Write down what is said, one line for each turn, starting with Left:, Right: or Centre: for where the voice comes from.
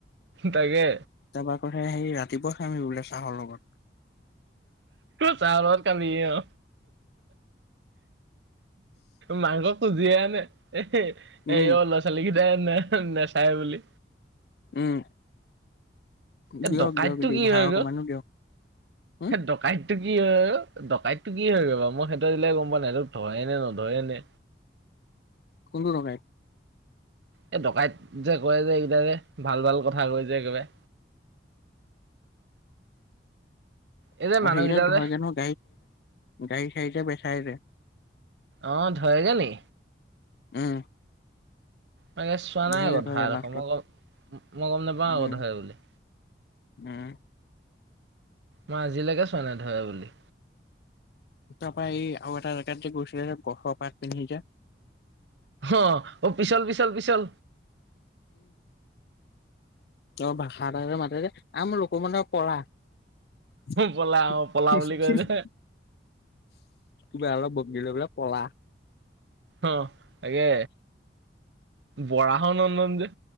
Right: তাকে
Left: তাব কথাে সেই ৰাতিপুৱা খামহি বোলে চাহৰ লগত
Right: চাহ লগত খাবিহি অ মাংস খুজিয়ে আনে এ
Left: উম
Right: এ অ ল'ৰা ছোৱালীখিনি ন নাই নাই চাই বুলি
Left: উম
Right: এই
Left: দিয়ক
Right: ডকাইতটো
Left: দিয়ক দি
Right: কি
Left: ভাড়া
Right: হৈ
Left: অকমানো
Right: গল
Left: দিয়ক উম
Right: ডকাইত টো কি হয় আৰু ডকাইতটো কি হৈ গ' মই সেইটো আজিলে গম পোৱা নাই সে ধৰে ননে নধৰেনে
Left: কোনটো ডকাইত
Right: এই ডকাইত যে কয় যে এইকেইটাৰে ভাল ভাল কথা কৈ যে একেবাৰে
Left: <inaudible>
Right: এই
Left: অ
Right: যে মানুহকেইটা
Left: সেইকেইটাক ধৰেগৈ
Right: যে
Left: নহয় গাড়ী চাৰিটা বেচাই যে
Right: অ ধৰে গে নি
Left: উম
Right: মে চোৱা
Left: ধৰেগে
Right: নাই আকৌ
Left: ধৰেগে
Right: ধৰাডোখৰ
Left: লাষ্টত
Right: মই মই গম নেপাওঁ
Left: উম
Right: আকৌ ধৰে বুলি
Left: উম
Right: মই আজিলৈকে চোৱা নাই ধৰে বুলি
Left: তাৰপৰা এই আৰু এটা জেগাত যে গৈছিলে যে গছ পাত পিন্ধি যে
Right: অ অ পিছল পিছল পিছল
Left: ত ভাষা এটা মাতে যে আম লোক মানে পলা <unintelligible>
Right: পলা অ পলা বুলি কয় যে
Left: লৈ বলে পলা
Right: অ তাকে বৰা হ নন্দন যে